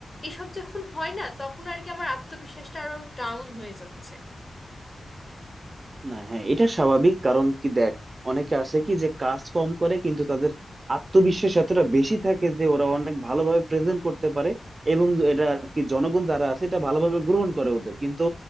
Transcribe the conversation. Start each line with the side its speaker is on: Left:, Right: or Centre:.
Left: এসব যখন হয় না তখন আর কি আমার আত্মবিশ্বাসটা আরো ডাউন হয়ে যাচ্ছে
Right: না হ্যাঁ এটা স্বাভাবিক কারণ কি দেখ অনেকে আছে কি যে কাজ কম করে কিন্তু তাদের আত্মবিশ্বাস এতটা বেশি থাকে যে ওরা অনেক ভালোভাবে প্রেজেন্ট করতে পারে এবং এটা আর কি জনগণ যারা আছে এটা ভালোভাবে গ্রহণ করে ওদের কিন্তু